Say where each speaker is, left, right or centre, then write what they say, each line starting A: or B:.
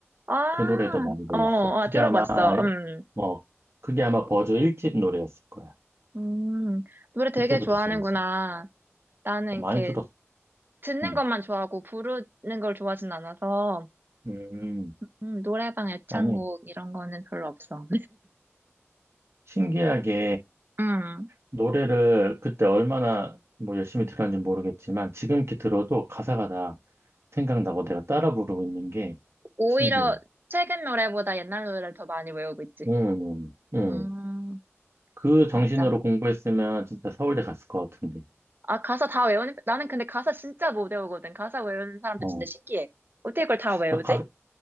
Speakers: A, on the right; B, on the right.
A: 아,
B: 그 노래도 많이 불렀어.
A: 어, 어,
B: 그게
A: 들어봤어.
B: 아마
A: 음,
B: 뭐 그게 아마 버즈 1집 노래였을 거야.
A: 음. 노래 되게
B: 그때부터
A: 좋아하는구나.
B: 좋았어.
A: 나는
B: 어,
A: 이렇게
B: 많이 들었어.
A: 듣는
B: 음.
A: 것만 좋아하고 부르는 걸 좋아하진 않아서,
B: 음.
A: 음, 노래방 애창곡
B: 아니,
A: 이런 거는 별로 없어.
B: 신기하게
A: 음,
B: 노래를 그때 얼마나 뭐 열심히 들었는지 모르겠지만 지금 이렇게 들어도 가사가 다 생각나고 내가 따라 부르고 있는 게
A: 오히려
B: 신기해.
A: 최근 노래보다 옛날 노래를 더 많이 외우고 있지.
B: 응, 응. 응.
A: 음,
B: 그 정신으로
A: 맞아.
B: 공부했으면 진짜 서울대 갔을 것 같은데.
A: 아, 가사 다 외우는, 나는 근데 가사 진짜 못 외우거든. 가사 외우는 사람들
B: 어.
A: 진짜 신기해. 어떻게 그걸 다 외우지?
B: 그 가,